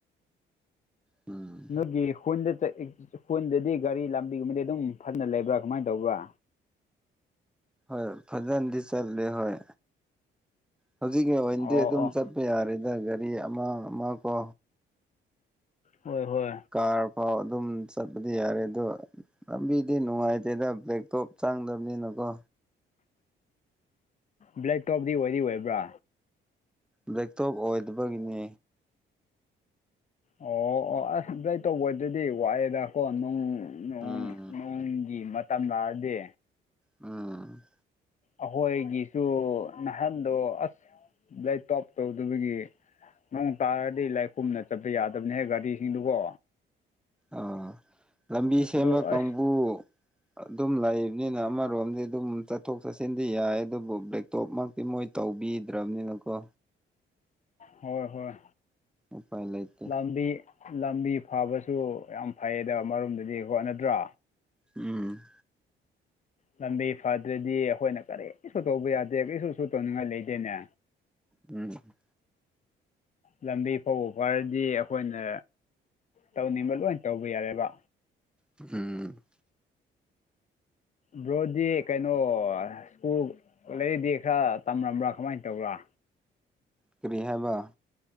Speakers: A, in the centre; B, on the left.
A: ꯎꯝ
B: ꯅꯣꯏꯒꯤ ꯍꯨꯟꯗ ꯆꯥꯠ ꯄꯨꯟꯗꯗꯤ ꯒꯥꯔꯤ ꯂꯝꯕꯤꯒꯨꯝꯕꯗꯤ ꯑꯗꯨꯝ ꯐꯅ ꯂꯩꯕ꯭ꯔꯥ ꯀꯃꯥꯏꯅ ꯇꯧꯕ꯭ꯔꯥ
A: ꯍꯣꯏ ꯐꯖꯅꯗꯤ ꯆꯠꯂꯦ ꯍꯣꯏ ꯍꯧꯖꯤꯛꯀꯤ ꯑꯣꯏꯅꯗꯤ
B: ꯑꯣ
A: ꯑꯗꯨꯝ
B: ꯑꯣ
A: ꯆꯠꯄ ꯌꯥꯔꯦꯗ ꯒꯥꯔꯤ ꯑꯃ ꯑꯃ ꯀꯣ
B: ꯍꯣꯏ ꯍꯣꯏ
A: ꯀꯥꯔ ꯐꯥꯎ ꯑꯗꯨꯝ ꯆꯠꯄꯗꯤ ꯌꯥꯔꯦ ꯑꯗꯣ ꯂꯝꯕꯤꯗꯤ ꯅꯨꯡꯉꯥꯏꯇꯦꯗ ꯕꯦ ꯇꯣꯞ ꯆꯪꯗꯕꯅꯤꯅꯀꯣ
B: ꯕ꯭ꯂꯦꯛ ꯇꯣꯞꯗꯤ ꯑꯣꯏꯗꯤ ꯑꯣꯏꯕ꯭ꯔꯥ
A: ꯕꯦꯇꯣꯞ ꯑꯣꯏꯗꯕꯒꯤꯅꯦ
B: ꯑꯣ ꯑꯣ ꯑꯁ ꯕꯦꯛꯇꯣꯞ ꯑꯣꯏꯗꯗꯤ ꯋꯥꯑꯦꯗꯀꯣ ꯅꯪ ꯅꯣꯡ
A: ꯎꯝ
B: ꯅꯣꯡꯒꯤ ꯃꯇꯝ ꯂꯥꯛꯑꯗꯤ
A: ꯎꯝ
B: ꯑꯈꯣꯏꯒꯤꯁꯨ ꯅꯍꯥꯟꯗꯣ ꯑꯁ ꯕꯂꯗ ꯀꯥꯞ ꯇꯧꯗꯕꯒꯤ ꯅꯣꯡ ꯇꯥꯔꯗꯤ ꯂꯥꯏꯈꯨꯝꯅ ꯆꯠꯄ ꯌꯥꯗꯕꯅꯦꯍꯦ ꯒꯥꯔꯤꯁꯤꯡꯗꯨꯒꯣ
A: ꯑ ꯂꯝꯕꯤ ꯁꯦꯝꯕ
B: ꯑꯗꯨ
A: ꯀꯥꯡꯕꯨ
B: ꯑꯁ
A: ꯑꯗꯨꯝ ꯂꯩꯕꯅꯤꯅ ꯑꯃꯔꯣꯝꯗꯤ ꯑꯗꯨꯝ ꯆꯠꯊꯣꯛ ꯆꯠꯁꯤꯟꯗꯤ ꯌꯥꯏ ꯑꯗꯨꯕꯨ ꯕ꯭ꯂꯦꯛꯇꯣꯞꯃꯛ ꯁꯤ ꯃꯣꯏ ꯇꯧꯕꯤꯗ꯭ꯔꯕꯅꯤꯅꯀꯣ
B: ꯍꯣꯏ ꯍꯣꯏ
A: ꯎꯄꯥꯏ ꯂꯩꯇꯦ
B: ꯂꯝꯕꯤ ꯂꯝꯕꯤ ꯐꯕꯁꯨ ꯌꯥꯝ ꯐꯩꯌꯦꯗ ꯑꯃꯔꯨꯝꯗꯨꯗꯤ ꯍꯣꯠꯅꯗ꯭ꯔꯥ
A: ꯎꯝ
B: ꯂꯝꯕꯤ ꯐꯗ꯭ꯔꯗꯤ ꯑꯩꯈꯣꯏꯅ ꯀꯔꯤꯁꯨ ꯇꯧꯕ ꯌꯥꯗꯦ ꯀꯔꯤꯁꯨ ꯁꯨ ꯇꯧꯅꯤꯡꯉꯥꯏ ꯂꯩꯇꯦꯅꯦ
A: ꯎꯝ
B: ꯂꯝꯕꯤ ꯐꯕꯨ ꯐꯔꯗꯤ ꯑꯩꯈꯣꯏꯅ ꯇꯧꯅꯤꯡꯕ ꯂꯣꯏꯅ ꯇꯧꯕ ꯌꯥꯔꯦꯕ
A: ꯎꯝ
B: ꯕ꯭ꯔꯣꯗꯤ ꯀꯩꯅꯣ ꯁ꯭ꯀꯨꯜ ꯂꯥꯏꯔꯤꯛꯗꯤ ꯈꯔ ꯇꯝꯂꯝꯕ꯭ꯔꯥ ꯀꯃꯥꯏꯅ ꯇꯧꯕ꯭ꯔꯥ
A: ꯀꯔꯤ ꯍꯥꯏꯕ